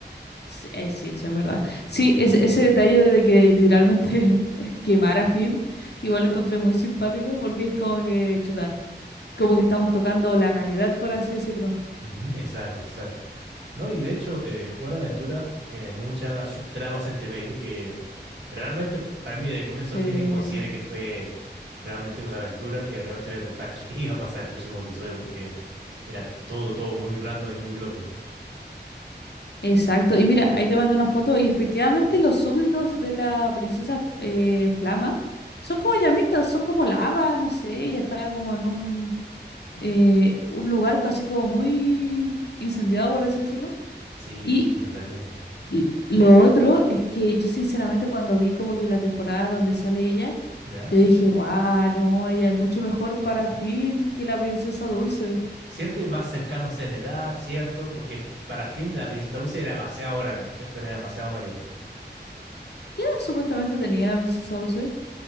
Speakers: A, on the left; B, on the right.
A: s- eh, sí, eso es verdad. Sí, ese, ese detalle de que literalmente le <laughs> quemara a Phil, igual lo encontré muy simpático porque es como que, chuta, como que estamos tocando la realidad, por así decirlo.
B: Ujú, exacto, exacto. No, y de hecho, eh, Hora de Aventura tiene muchas subtramas entre medio que realmente para mí de comienzo
A: Sí,
B: a fin consideré que fue realmente una aventura que realmente me preguntaba <laughs> qué iba a pasar el próximo episodio porque era todo, todo muy random y muy loco.
A: exacto. Y mira, ahí te mandé una foto y efectivamente los súbditos de la princesa F- eh, Flama son como llamitas, son como lava, no sé, ella estaba como en un, eh, un lugar casi como muy incendiado, por así decirlo.
B: Sí,
A: Y
B: totalmente.
A: L- Lo otro es que yo sinceramente cuando vi como que la temporada donde sale ella,
B: ¿Ya?
A: yo dije, guau, no, ella es mucho mejor para Finn que la princesa Dulce.
B: ¿Cierto? Y más cercanos en edad, ¿cierto? Porque f- para Finn la princesa Dulce era demasiado grande, ¿cierto? Era demasiado mayor.
A: ¿Qué edad supuestamente tenía la princesa Dulce?